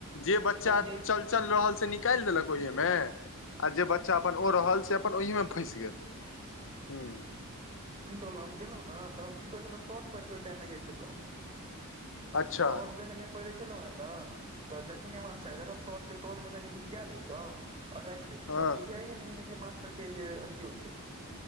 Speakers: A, on the left (about 60°); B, on the right (about 25°).
A: जे
B: अरे
A: बच्चा
B: हम
A: चल
B: जे
A: चल रहल से निकालि देलक ओहिहे मे आ जे बच्चा अपन ओ रहल छै से अपन ओहिमे फँसि गेल ह
B: की कहलहुं हम गेलहुँ ने तऽ हम की कहै छलहुँ श प टाइम मे जाइ छलहुँ।
A: अच्छा
B: शर्ट जखने पहिरे छलहु हे ने तऽ जखने मास शार्ट के तर मे कनी घुस सिया लैतो आ राखि देैतो
A: हँ
B: और बुझाइये नहि देैत जे मास्टर के जे अथियो छै।